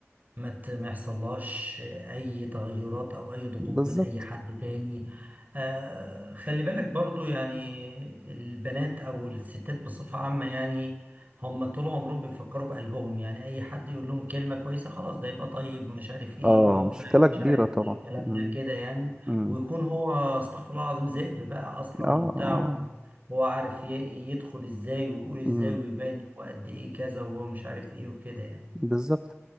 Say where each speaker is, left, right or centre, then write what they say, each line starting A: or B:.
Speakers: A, on the right; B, on the right.
A: ما ت- ما يحصلهاش اي تغيرات او اي ضغوط
B: بالظبط
A: من اي حد تاني آه خلي بالك برضو يعني البنات او الستات بصفة عامة يعني هم طول عمرهم بيفكروا بقلبهم يعني اي حد يقول لهم كلمة كويسة خلاص ده يبقى طيب مش عارف ايه
B: اه
A: يبقى هو
B: مشكلة
A: فعلا
B: كبيرة
A: مش عارف
B: طبعا
A: ايه الكلام
B: مم.
A: ده كده يعني
B: مم.
A: ويكون هو استغفر الله العظيم ذئب بقى اصلا
B: اه
A: وبتاع
B: اه
A: هو عارف ي- يدخل ازاي ويقول ازاي
B: مم.
A: ويبين هو قد ايه كذا وهو مش عارف ايه وكده يعني
B: بالظبط